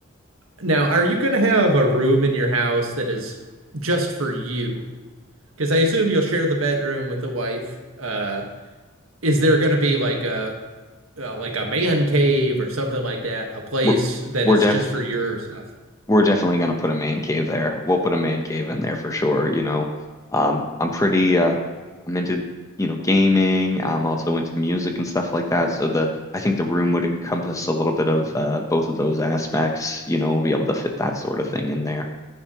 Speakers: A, on the right; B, on the left.
A: Now, are you going to have a room in your house that is just for you? Because I assume you'll share the bedroom with the wife. Uh, is there going to be like a uh, like a man cave or something like that? A place
B: We're
A: that
B: we're
A: is
B: def
A: just for your stuff?
B: we're definitely gonna put a man cave there. We'll put a man cave in there for sure, you know. Um, I'm pretty uh I'm into, you know, gaming. I'm also into music and stuff like that. So the I think the room would encompass a little bit of uh both of those aspects, you know, be able to fit that sort of thing in there.